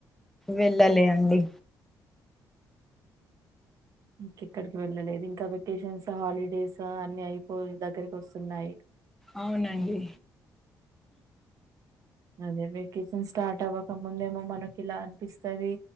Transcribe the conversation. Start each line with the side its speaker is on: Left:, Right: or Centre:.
Centre: వెళ్ళాలే అండి
Right: ఇంకెక్కడికి వెళ్ళలేదు ఇంకా వెకేషన్స్ హాలిడేస్ అన్ని అయిపోయి దగ్గరికి వస్తున్నాయి
Centre: అవునండి
Right: ఉమ్ అదే వెకేషన్ స్టార్ట్ అవ్వక ముందేమో మనకి ఇలా అనిపిస్తుది